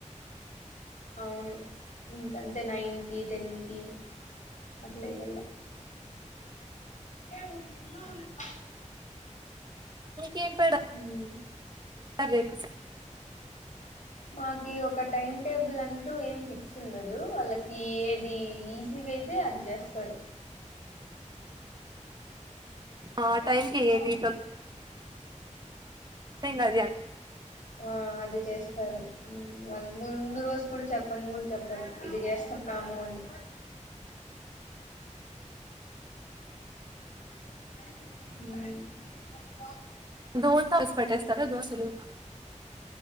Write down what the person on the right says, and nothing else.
మీకే పడా <unintelligible>
రేపు సా
ఆ టైం
కి ఏది ద్యా <unintelligible>
దోస హౌస్ పెట్టేస్తారా దోసలు